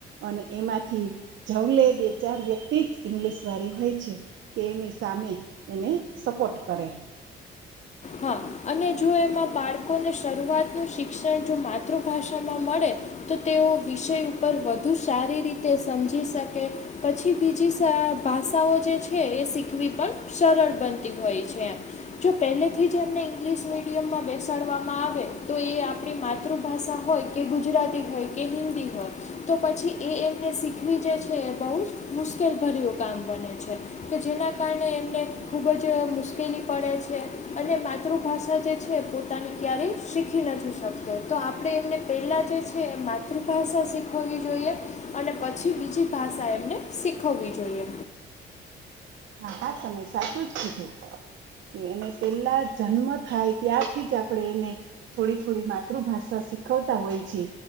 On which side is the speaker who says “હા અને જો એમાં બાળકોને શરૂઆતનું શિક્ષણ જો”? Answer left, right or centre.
Left